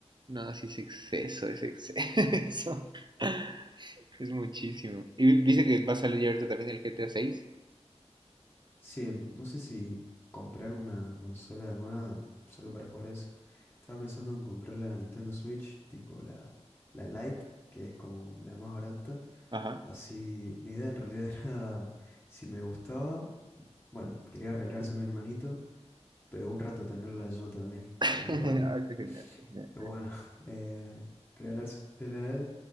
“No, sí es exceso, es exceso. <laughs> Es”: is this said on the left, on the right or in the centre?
Right